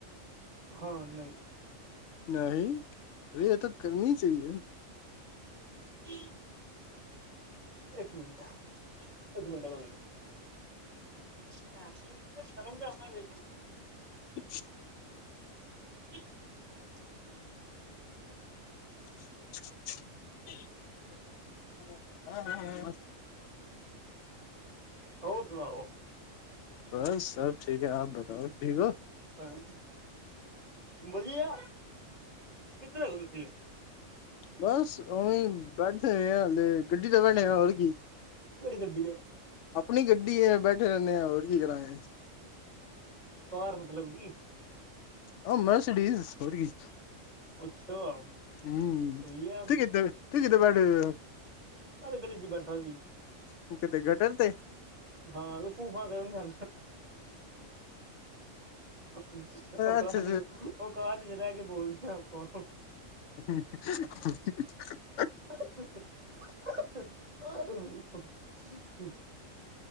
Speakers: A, on the right (about 30°); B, on the left (about 70°).
A: ਹਾਂ ਨਹੀਂ
B: ਨਹੀਂ, ਰੇ ਇਹ ਤਾਂ ਕਰਨੀ ਚਾਹੀਏ।
A: <unintelligible> ਇੱਕ ਮਿੰਟ, ਇੱਕ ਮਿੰਟ ਆਣਾ <unintelligible> ਸ਼ਰਮ ਕਰਦਾ ਜੇ।
B: <inaudible>
A: <inaudible>
B: <unintelligible>
A: ਹੋਰ ਸੁਣਾਓ?
B: ਬਸ ਸਭ ਠੀਕ ਹੈ, ਆਪ ਬਤਾਓ ਠੀਕ ਹੋ?
A: ਬਸ ਵਧੀਆ ਕਿੱਧਰ ਹੋ ਤੁਸੀਂ?
B: ਬਸ, ਉਵੇਂ ਬੈਠੇ ਆ ਹਲੇ ਗੱਡੀ <unintelligible> ਹੋਰ ਕੀ?
A: ਕਿਹੜੀ ਗੱਡੀ ਏ
B: ਆਪਣੀ ਗੱਡੀ ਏ ਬੈਠੇ ਰਹਿੰਦੇ ਆ ਹੋਰ ਕੀ ਕਰਾਏ
A: ਕਾਰ ਮਤਲਬ ਵੀ?
B: ਉਂ, ਮਰਸਡਡੀਜ਼ ਹੋਰੀ
A: ਅੱਛਾ।
B: ਹੂੰ,
A: ਸਹੀ ਹੈ
B: ਤੁਸੀਂ <unintelligible>
A: ਨਾਲੇ ਗਲੀ ਚ ਬੈਠਾ ਸੀ।
B: <unintelligible> ਤੇ
A: ਹਾਂ ਫੂਫਾ ਕਰਨਾ <unintelligible> <unintelligible> ਔਕਾਤ,
B: ਅੱਛਾ
A: ਔਕਾਤ ਚ ਰਹਿ ਕੇ ਬੋਲ <unintelligible>
B: <unintelligible>
A: <unintelligible>